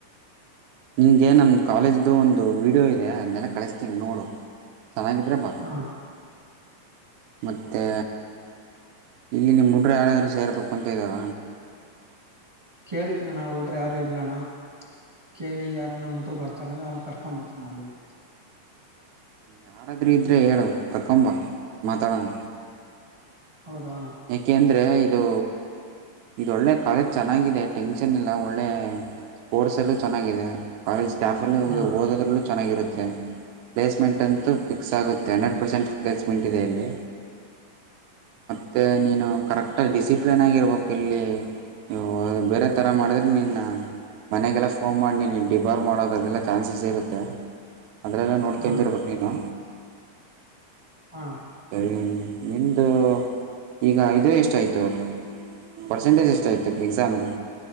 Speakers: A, on the right; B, on the right.
A: ನಿಂಗೆ ನಮ್ಮ ಕಾಲೇಜ್ದು ಒಂದು ವೀಡಿಯೋ ಇದೆ ಅದ್ನೇಲ್ಲಾ ಕಳಿಸ್ತೀನಿ ನೋಡು ಚೆನ್ನಾಗಿದ್ರೆ ಬಾ.
B: ಹಾ ಅಣ್ಣಾ
A: ಮತ್ತೆ ಇಲ್ಲಿ ನಿಮ್ ಹುಡುಗ್ರ್ ಯಾರಾದ್ರೂ ಸೇರ್ಬೇಕು ಅಂತ ಇದಾರ
B: ಕೇಳ್ತೀನಿ ಅಣ ಉಡ್ರ್ ಯಾರು ಇಲ್ಲಣ್ಣ ಕೇಳಿ ಯಾರನ್ನ <unintelligible> ಮುಟ್್ರರು ಬರ್ತಾರ ಅವ್ ಕರ್ಕೊಂಡ್ ಬರ್ತೀವಿ ನ ಅಲ್ಲಿಗೆ
A: ಯಾರಾದ್ರು ಇದ್ರೆ ಹೇಳು ಕರ್ಕೊಂಬ್ ಬಾ ಮಾತಾಡೋಣ
B: ಹೌದಾ
A: ಏಕೆ ಅಂದ್ರ ಇದು ಇದು ಒಳ್ಳೆ ಕಾಲೇಜ್ ಚೆನ್ನಾಗಿದೆ ಟೆನ್ಷನ್ ಇಲ್ಲ ಒಳ್ಳೆ ಸ್ಪೋರ್ಟ್ಸ್ ಅಲ್ಲೂ ಚೆನ್ನಾಗಿದೆ ಕಾಲೇಜ್ ಸ್ಟಾಫಲ್ಲಿ
B: ಹಾ
A: ಓದರು ಚೆನ್ನಾಗಿರುತ್ತೆ ಪ್ಲೇಸ್ಮೆಂಟ್ಂತೂ ಫಿಕ್ಸ್ ಆಗುತ್ತೆ ಹಂಡ್ರೆಡ್ ಪರ್ಸೆಂಟ್ ಪ್ಲೇಸ್ಮೆಂಟ್ ಇದೆ ಇಲ್ಲಿ ಮತ್ತೆ ನೀನು ಕರೆಕ್ಟಾಗಿ ಡಿಸಿಪ್ಲನ್ ಆಾಗಿರ್ಬೇಕು ಇಲ್ಲಿ ನೀವು ಬೇರೆ ಥರ ಮಾಡಿದ್ರೆ ನೀನ್ನ ಮನೆಗೆಲ್ಲ ಫೋನ್ ಮಾಡಿ ನೀವು ಡಿಬಾರ್ ಮಾಡೋದುದೆಲ್ಲ ಚಾನ್ಸಸ್ ಇರುತ್ತೆ ಅದನ್ನಲ್ಲ ನೋಡ್ಕಂತಿರ್ಬೋದು
B: ಹಾ ಅಣ್ಣ
A: ನೀನು
B: ಹ ಅಣ
A: ಸರಿ ನಿಮ್ದು ಈಗ ಇದು ಎಷ್ಟ್ ಆಯ್ತು ಪರ್ಸೆಂಟೇಜ್ ಎಷ್ಟ ಆಯ್ತು ಎಕ್ಸಾಮ್ದು